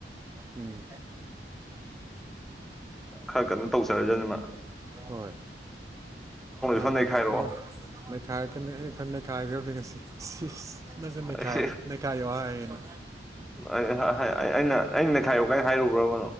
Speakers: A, on the right; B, in the centre.
A: ꯎꯝ
B: ꯈꯔ ꯀꯟꯅꯣ ꯇꯧꯖꯔꯖꯅꯤꯃ
A: ꯍꯣꯏ ꯌꯥꯝꯅ
B: ꯈꯔ ꯅꯩꯈꯥꯏꯔꯛꯑꯣ
A: ꯊꯋꯥꯏ ꯅꯩꯈꯥꯏꯔꯛꯀꯅꯤ ꯑꯩꯅ ꯈꯔ ꯅꯩꯈꯥꯏꯈ꯭ꯔꯕꯅꯤ ꯉꯁꯤ ꯅꯪꯒ ꯅꯩꯈꯥꯏ
B: ꯏꯁꯩ
A: ꯅꯩꯈꯥꯏꯌꯣ ꯍꯥꯏꯌꯦꯅ
B: ꯑꯩꯅ ꯑꯩꯅ ꯅꯩꯈꯥꯏꯔꯨ ꯀꯥꯏꯅ ꯍꯥꯏꯔꯨ ꯎꯔꯕꯣ